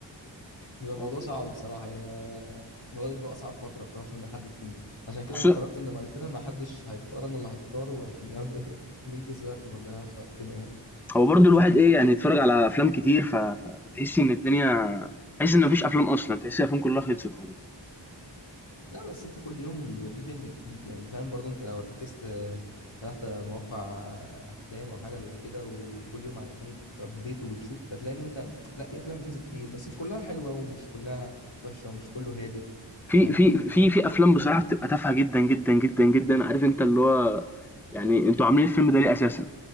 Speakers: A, on the left (about 80°); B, in the centre.
A: بيبقى الموضوع
B: آه.
A: صعب بصراحه يعني انا ما- ما- الموضوع ده بيبقى اصعب فتره بصراحه عشان نحدد فيلم عشان كده
B: وخصوصا-
A: انا قررت ان بعد كده ما حدش هيختار انا اللي هختاره وعشان برضه ايه <laughs> ننجز وقت وما نضيعش وقتنا يعني
B: هو برضو الواحد ايه يعني يتفرج على افلام كتير ف... ف... فتحس ان الدنيا تحس ان مفيش افلام اصلا تحس الافلام كلها خلصت خالص
A: لا بس انت كل يوم بيبقى فيه فيلم جديد يعني انت فاهم برضو انت لو ركزت آه، فتحت مواقع آه، افلام او حاجه زي كده وكل يوم على التاني بتابديت وبتشوف هتلاقي ان انت لا في افلام بتنزل كتير بس مش كلها حلوه ومش كلها وحشه ومش كله هادف
B: في
A: فاهم
B: في في في افلام بصراحه بتبقى تافهه جدا جدا جدا جدا عارف انت اللي هو يعني انتوا عاملين الفيلم ده ليه اساسا